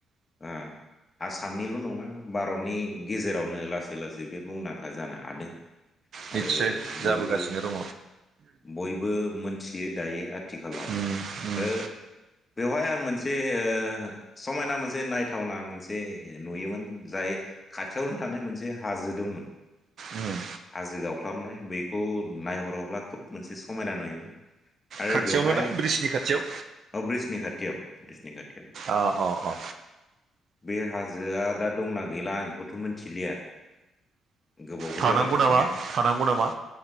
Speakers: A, on the left; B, on the right.
A: आ। आसामनिल नङा भारतनि गेजेरावनो लासै लासै बे मुंदांखा जानो हादों।
B: निस्सय
A: आरो
B: जाबोगासिनो
A: बयबो
B: दङ
A: बयबो मोनथियो दायो आथिखालाव
B: उम
A: आरो
B: उम
A: बेवहाय आं मोनसे ओ समायना मोनसे नायथावना मोनसे नुयोमोन जाय खाथियावनो थानाय मोनसे हा जो दंमोन।
B: उम
A: हाजो गावख्लाबनाय बैखौ नायहरोब्ला खोब मोनसे समायना नुयोमोन। आरो
B: खाथियावनो
A: बेवहाय
B: ना ब्रिजनि खाथियाव
A: औ ब्रिजनि खाथियाव ब्रिजनि खाथियाव
B: अ अ अ
A: ओ। बे हाजोआ दा दंना गैला आं एखौथ' मिथिलिया। गोबावबो
B: थानांगौ
A: जाबाय थांङीया
B: नामा थानांगौ नामा